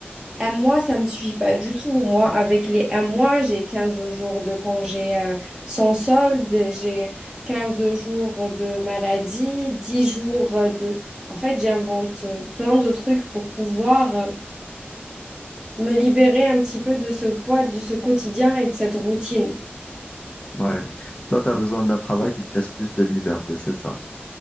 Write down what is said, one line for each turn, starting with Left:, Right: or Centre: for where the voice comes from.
Right: un mois, ça me suffit pas du tout. Moi, avec les un mois, j'ai 15 jours de congé euh, sans solde, j'ai 15 jours de maladie, 10 jours de... En fait, j'invente euh, plein de trucs pour pouvoir... euh, me libérer un petit peu de ce poids, de ce quotidien et de cette routine.
Left: Ouais. Toi, tu as besoin d'un travail qui te laisse plus de liberté, c'est ça.